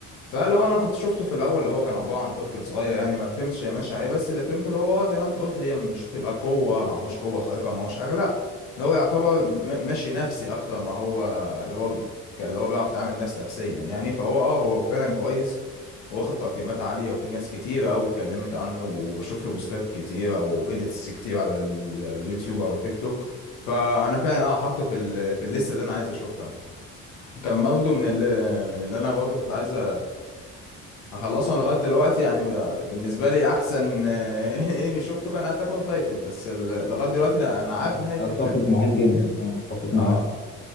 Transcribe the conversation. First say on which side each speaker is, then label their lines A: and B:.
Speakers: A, on the left; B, on the left.
A: فلو انا كنت شفته في الاول اللي هو كان عباره عن طفل صغير يعني ما فهمتش هي ماشيه عليه بس اللي فهمته اللي هو آه زي ما انت قلت هي مش بتبقى قوه معهوش قوه خارقه معهوش حاجه لا إن هو يعتبر م- ماشي نفسي اكتر ما هو اللي هو كان- اللي هو بيعرف يتعامل نفس نفسيا يعني فهو اه هو فعلا كويس واخد تقييمات عالية وفي ناس كتيرة أوي اتكلمت عنه وبشوف له بوستات كتيرة وإيديتس كتير على ال- اليوتيوب أو التيك توك فأنا فعلا أه حاطه في ال... في الليستة اللي أنا عايز أشوفها كان برضه من اللي من اللي أنا برضه كنت عايز أخلصه أنا لغاية دلوقتي يعني ب- بالنسبة لي أحسن <laughs> أنمي شفته كان أتاك أون تايتن بس ال- لغاية دلوقتي أنا أنا عارف
B: أت-
A: نهاية
B: اتفق
A: الفيلم
B: معاك جدا اه اتفق
A: أه
B: معاك